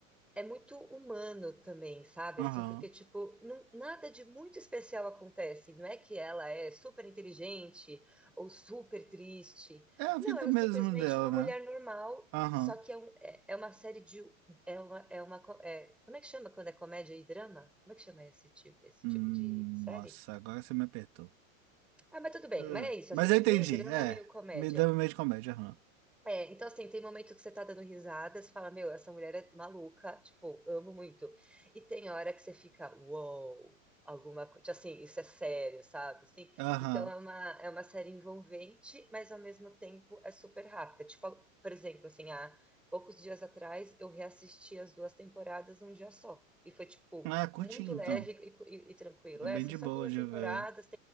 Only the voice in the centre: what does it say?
é muito humano também, sabe?
Assim, porque, tipo, não- nada de muito especial acontece. Não é que ela é super inteligente ou super triste.
Não,
ela
é simplesmente
uma mulher
normal,
só que é, um- é, é uma série de. É uma, é uma, co- é- como é que chama quando é comédia e drama? Como é que chama esse tipo, esse
tipo de série?
Ah, mas tudo bem,
mas é isso,
assim,
é
meio drama,
meio comédia.
É, então assim, tem momento que você tá dando risada, você fala, meu, essa mulher é maluca, tipo, amo muito. E tem hora que você fica, uou, alguma coisa, assim, isso é sério, sabe? Assim,
então é uma, é uma série envolvente, mas ao mesmo tempo é super rápida. Tipo, por exemplo, assim, há poucos dias atrás eu reassisti as duas temporadas num dia só. E foi, tipo,
muito
leve e, e- e tranquilo.
É,
são
só
duas
temporadas,